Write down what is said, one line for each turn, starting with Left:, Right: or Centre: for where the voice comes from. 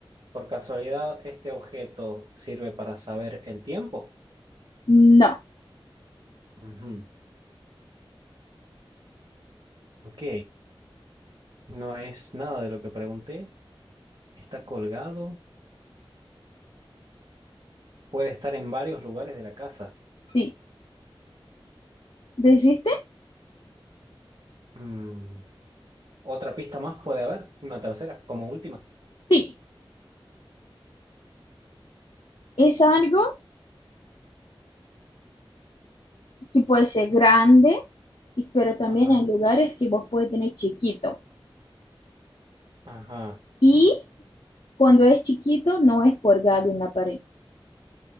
Right: Por casualidad, este objeto sirve para saber el tiempo.
Left: No.
Right: Ujú. Ok. No es nada de lo que pregunté. Está colgado. Puede estar en varios lugares de la casa.
Left: Sí. ¿Desiste?
Right: Mm, Otra pista más puede haber. Una tercera, como última.
Left: Sí. Es algo que puede ser grande, y- pero también
Right: Ajá.
Left: hay lugares que vos puedes tener chiquito.
Right: Ajá.
Left: Y cuando es chiquito, no es colgado en la pared.